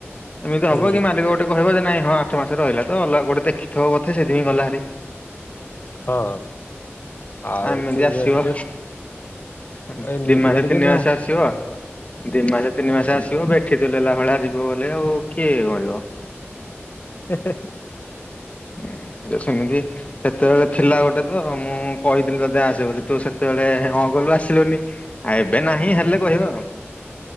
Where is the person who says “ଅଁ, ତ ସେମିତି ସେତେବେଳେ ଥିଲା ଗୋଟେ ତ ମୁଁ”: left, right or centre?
Left